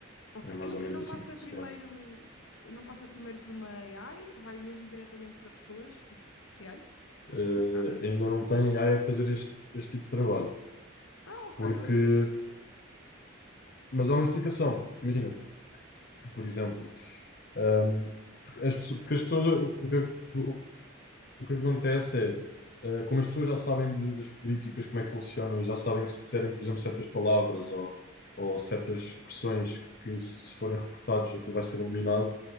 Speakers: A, on the left; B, on the left.
A: Ok.
B: É mais
A: E nunca,
B: ou menos
A: não
B: assim
A: passa
B: que funciona.
A: primeiro, não passa primeiro por uma AI, vai mesmo diretamente para pessoas, tipo, reais,
B: Eh,
A: carne e osso?
B: ainda não tem AI a fazer este, este tipo de trabalho,
A: Ah, ok,
B: porque...
A: olha, pensei que sim.
B: Mas há uma explicação, porque imagina, por exemplo, Um, porque as, pessoas- porque as pessoas, o, o que, o- o que acontece é, uh, como as pessoas já sabem de- das políticas, como é que funcionam, e já sabem que se disserem, por exemplo, certas palavras ou, ou certas expressões que, se forem reportados, aquilo vai ser eliminado,